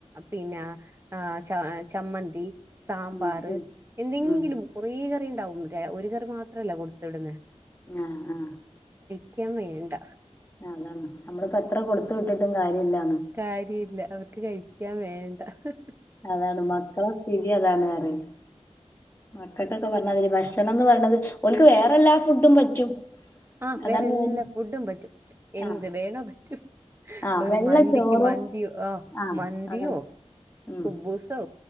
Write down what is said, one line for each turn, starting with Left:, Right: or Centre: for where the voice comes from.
Right: പിന്നെ ആ ച ചമ്മന്തി സാമ്പാർ
Left: ഉം ഉം
Right: എന്തെങ്കിലും
Left: ഉം
Right: കുറ ണ്ടാവും ഒരു കറി മാത്രമല്ല കൊടുത്ത് വിടുന്നത്
Left: ആ ആ
Right: കഴിക്കാൻ വേണ്ട
Left: അതാണ് നമ്മളിപ്പോത്ര കൊടുത്ത് വിട്ടിട്ടും കാര്യല്ല.
Right: കാര്യല്ല അവർക്ക് കഴിക്കാൻ വേണ്ട ഹി ഹി
Left: അതാണ് മക്കളെ സ്ഥിതിയതാണ് പറയെ മക്കൾക്കൊക്കെ പറഞാല് ഭക്ഷണംന്ന് പറേണത് ഓൽക്ക് വേറെല്ലാ ഫുഡും പറ്റും
Right: ആ
Left: അതാണ്
Right: വേറെ എല്ലാ
Left: മെയിൻ
Right: ഫുഡും പറ്റും എന്ത്
Left: ആഹ്
Right: വേണോ പറ്റും
Left: ആഹ്
Right: ഒരു
Left: വെള്ള
Right: മന്തിക്ക്
Left: ചോറും
Right: മന്തി ഒ
Left: ആഹ്
Right: മന്തിയോ
Left: അതാണ് ഉം
Right: കുബ്ബൂസ്സോ